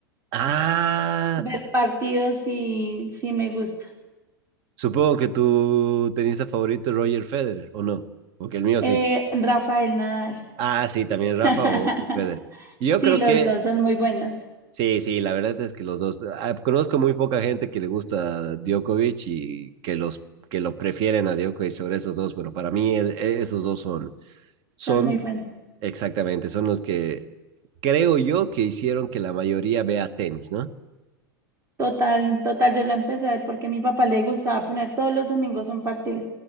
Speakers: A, on the right; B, on the right.
A: Ah,
B: Ver partidos sí, sí me gusta.
A: supongo que tu tenista favorito es Roger Federer, ¿o no? Porque el mío
B: Eh,
A: sí.
B: Rafael Nadal.
A: Ah, sí, también
B: <laughs>
A: Rafa o, o Federer. Yo
B: Sí,
A: creo
B: los
A: que
B: dos son muy buenos,
A: sí, sí, la verdad es que los dos. ah, conozco muy poca gente que le gusta Djokovic y que los que lo prefieren a Djokovic sobre esos dos, pero para mí e- e- esos dos son, son
B: son muy buenos.
A: exactamente, son los que creo yo que hicieron que la mayoría vea tenis, ¿no?
B: Total, total, yo la empecé a ver porque a mi papá le gustaba poner todos los domingos un partido.